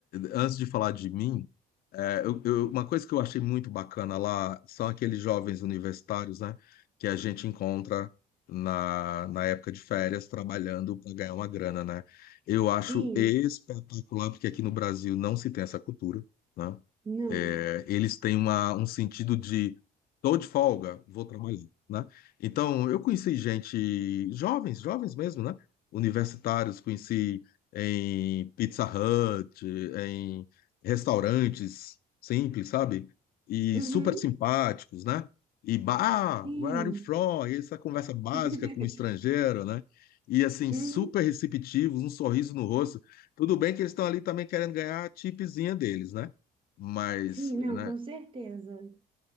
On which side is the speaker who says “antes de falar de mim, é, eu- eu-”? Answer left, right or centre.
Left